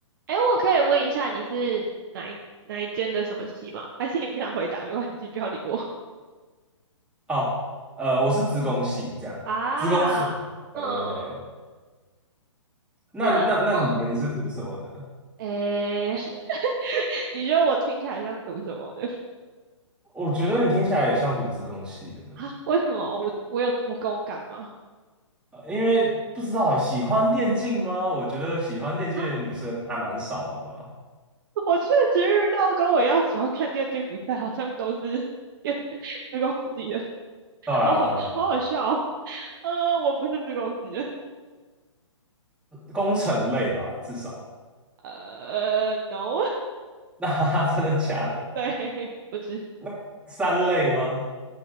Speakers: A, on the right; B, in the centre.
A: 哎，我可以问一下你是哪一哪一间的什么系吗？还是你不想回答？没关系，不要理我。
B: 哦，呃，我是资工系，这样，
A: 啊，
B: 资工所。
A: <laughs>
B: 对对对，
A: 嗯，
B: 那那那你呢？
A: 那嗯，
B: 你是读什么的？
A: 哎，<laughs> 你觉得我听起来像读什么的？
B: 我觉得你听起来也像读资工系的，
A: 啊，为什么我我有读工感吗？
B: 呃因为不知道欸喜欢电竞吗？我觉得喜欢电竞的女生还蛮少的吧。
A: 啊，我确实遇到跟我一样喜欢看电竞比赛，好像都是电 <laughs> 自贡系的，
B: 对啊，
A: 好好好好笑哦。
B: 对啊，对
A: 呃，我不是自贡系的，
B: 工程类吧，至少。
A: 呃，no，
B: <laughs> 那真的假的？
A: <laughs> 对，不是，
B: 那三类吗？